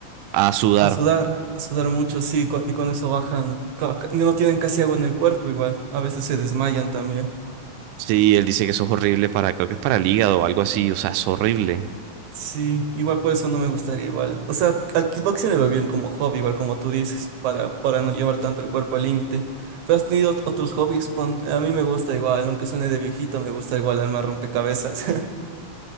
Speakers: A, on the right; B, on the right.
A: A sudar.
B: A sudar, a sudar mucho, sí, co- y con eso bajan, ca- ca- no tienen casi agua en el cuerpo igual, a veces se desmayan también.
A: Sí, él dice que eso es horrible para, creo que es para el hígado o algo así, o sea, es horrible.
B: Sí, igual por eso no me gustaría igual. O sea, al kickboxing le veo bien como hobby, igual como tú dices, para, para no llevar tanto el cuerpo al límite. Pero has tenido ot- otros hobbies, Pon- a mí me gusta igual, aunque suene de viejito, me gusta igual armar rompecabezas. <laughs>